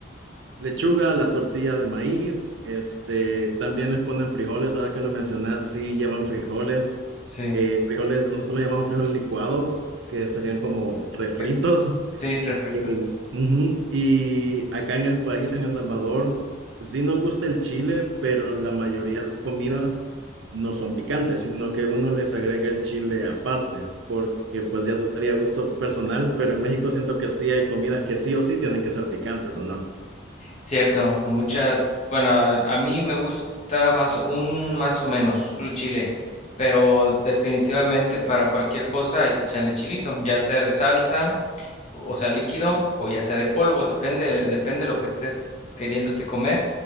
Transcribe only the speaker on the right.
Lechuga, la tortilla de maíz, este, también les ponen frijoles, ahora que lo mencionas, sí llevan frijoles,
eh, frijoles, nosotros lo llamamos frijoles licuados, que serían como refritos,
<laughs>
eh, ujú, Y acá en el país, en El Salvador, sí nos gusta el chile, pero la mayoría de comidas no son picantes, sino que uno les agrega el chile aparte, porque pues ya sería gusto personal, pero en México siento que sí hay comidas que sí o sí tienen que ser picantes, ¿o no?